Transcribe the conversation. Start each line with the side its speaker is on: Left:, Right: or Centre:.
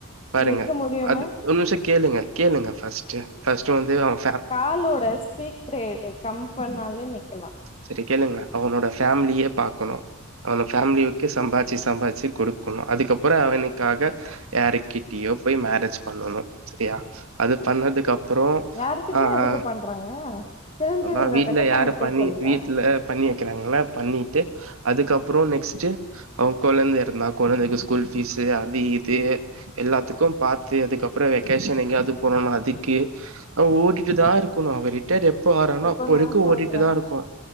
Right: பாருங்க
Left: நிக்க முடியுமே
Right: அது ஒரு நிமிஷோ கேளுங்க கேளுங்க ஃபஸ்ட்டு ஃபஸ்டு வந்து அவே
Left: காலோட ஸ்பீக் பிரேட்டு கம்பண்னாலயே நிக்கலா
Right: செரி கேளுங்க அவனோட ஃபேமிலிய பாக்கணு அவன ஃபேமிலிவுக்கு சம்பாதிச்சு சம்பாச்சு குடுக்கணு அதுக்கப்புறோ அவனுக்காக யாருக்கிட்டயோ போய் மேரேஜ் பண்ணணு செரியா அது பண்ணதுக்கு அப்றோ
Left: யாருகிட்ட
Right: ஆ
Left: எதுக்கு
Right: ஆ
Left: பண்றாங்க தெரிஞ்சவங்க
Right: அதா வீட்ல
Left: கிட்ட பண்ணிக்கோ
Right: யார பண்ணி
Left: சொல்லுங்க
Right: வீட்ல பண்ணி வெக்கிறாங்களா பண்ணிட்டு அதுக்கப்புறோ நெக்ஸ்ட்டு அவே கொழந்த இருந்தா அவே கொழந்தைக்கு ஸ்கூல் ஃபீஸு அது இது எல்லாத்துக்கு பாத்து அதுக்கப்புறோ வெக்கேஷன் எங்கேயாது போனம்னா அதுக்கு அவே ஓடி ட்டு தா இருக்கணு அவே ரிட்டேர் எப்ப ஆரானோ
Left: இப்போ
Right: அப்போ வரைக்கு
Left: நா சொல்றே
Right: ஓடிட்டு தா இருக்கு